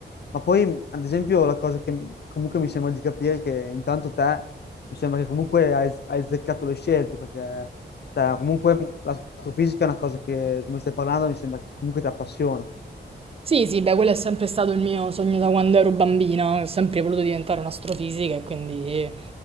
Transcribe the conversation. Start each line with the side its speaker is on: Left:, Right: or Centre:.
Left: Ma poi, ad esempio, la cosa che comunque mi sembra di capire è che intanto te mi sembra che comunque hai, hai azzeccato le scelte, perché cioè, comunque l'astrofisica è una cosa che, come stai parlando, mi sembra che comunque ti appassiona.
Right: Sì, sì, beh, quello è sempre stato il mio sogno da quando ero bambina, ho sempre voluto diventare un'astrofisica e quindi